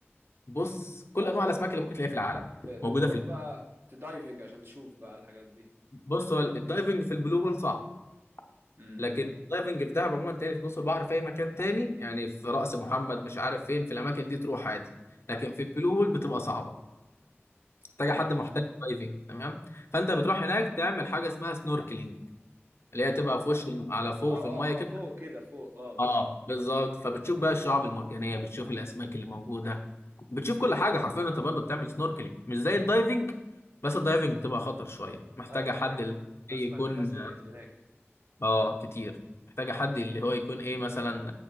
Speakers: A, on the left; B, on the right.
A: بص كل انواع الاسماك اللي ممكن تلاقيها في العالم
B: ب...
A: موجوده
B: بتروح
A: في ال-
B: بقى تدايفنج عشان تشوف بقى الحاجات دي
A: بص هو الدايفنج في البلو هول صعب
B: امم
A: لكن الدايفنج في دهب عموما تاني في نص البحر في اي مكان تاني يعني في رأس محمد مش عارف فين في الاماكن دي تروح عادي لكن في البلو هول بتبقى صعبه محتاجه
B: جامد.
A: حد محترف دايفنج تمام فانت بتروح هناك تعمل حاجه اسمها سنوركلينج اللي هي تبقى في وش الم- على فوق
B: اه
A: في الميه
B: اه
A: كده
B: اه فوق كده فوق اه
A: اه بالظبط فبتشوف بقى الشعاب المرجانيه بتشوف الاسماك اللي موجوده بتشوف كل حاجه حرفيا انت برضه بتعمل سنوركلينج مش زي الدايفنج بس الدايفنج بتبقى خطر شويه محتاجه
B: ايوه
A: حد
B: لا
A: اللي
B: اسمع
A: إيه يكون
B: ان ناس غرقت هناك
A: اه كتير محتاجه حد اللي هو يكون ايه مثلا